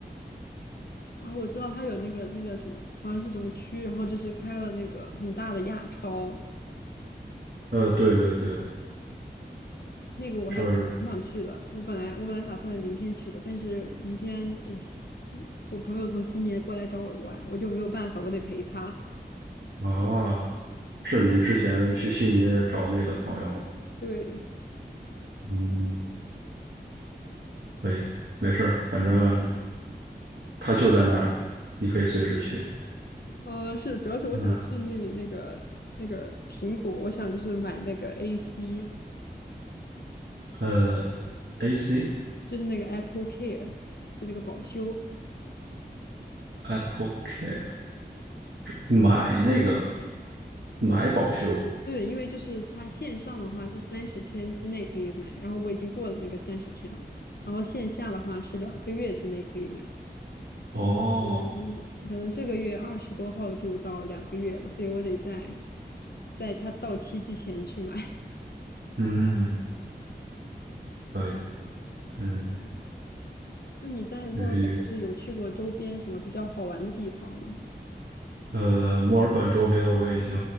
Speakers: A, on the left; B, on the right.
A: 啊，我知道他有那个那个什么，好像是什么区，然后就是开了那个很大的亚超，
B: 呃，对对对，
A: 那个我还挺想去的。
B: 这儿
A: 我本来我本来打算明天去的，但是明天我西我朋友从悉尼过来找我玩，我就没有办法，我得陪他。
B: 啊，是你之前去悉尼找那个的朋友吗？
A: 对，
B: 嗯，可以，没事儿，反正他就在那里，你可以随时去。
A: 嗯、是的，主要是我想去那里那个那个苹果，
B: 嗯，
A: 我想就是买那个 AC，
B: 呃，AC
A: 就是那个 Apple Care，就那个保修。
B: Apple Care 买那个买保修
A: 对，因为就是它线上的话是三十天之内可以买，然后我已经过了那个三十天了，然后线下的话是两个月之内可以买，
B: 哦，
A: 可能可能这个月二十多号就到两个月了，所以我得在在它到期之前去买。<laughs>
B: 嗯，可以，嗯，
A: 那你在墨尔本就是有去过周边什么比较好玩的地方吗？
B: 绿。呃，墨尔本周边我已经